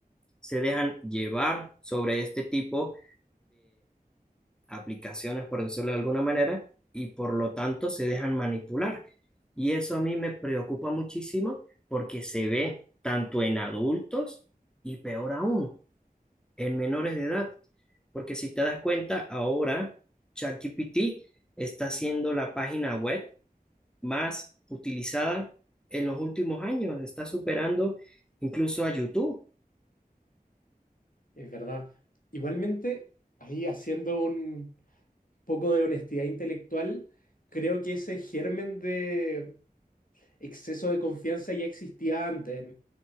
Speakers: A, in the centre; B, on the left.
A: se dejan llevar sobre este tipo aplicaciones, por decirlo de alguna manera, y por lo tanto se dejan manipular. Y eso a mí me preocupa muchísimo porque se ve tanto en adultos y peor aún, en menores de edad. Porque si te das cuenta, ahora ChatGPT está siendo la página web más utilizada en los últimos años, está superando incluso a YouTube.
B: Es verdad. Igualmente, ahí haciendo un poco de honestidad intelectual, creo que ese germen de exceso de confianza ya existía antes.